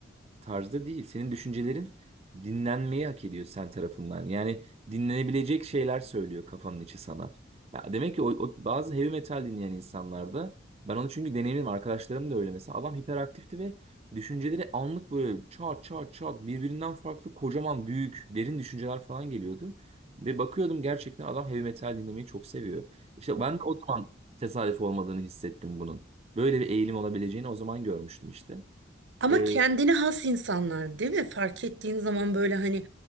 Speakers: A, on the right; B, on the right.
A: tarzda değil. Senin düşüncelerin dinlenmeyi hak ediyor sen tarafından. Yani dinlenebilecek şeyler söylüyor kafanın içi sana. Ya demek ki o, o bazı heavy metal dinleyen insanlarda ben onu çünkü deneyimim arkadaşlarım da öyle mesela adam hiperaktifti ve düşünceleri anlık böyle çat çat çat birbirinden farklı kocaman büyük derin düşünceler falan geliyordu. Ve bakıyordum gerçekten adam heavy metal dinlemeyi çok seviyor. İşte ben de o zaman tesadüf olmadığını hissettim bunun. Böyle bir eğilim olabileceğini o zaman görmüştüm işte.
B: Ama
A: Ee,
B: kendine has insanlar değil mi? Fark ettiğin zaman böyle hani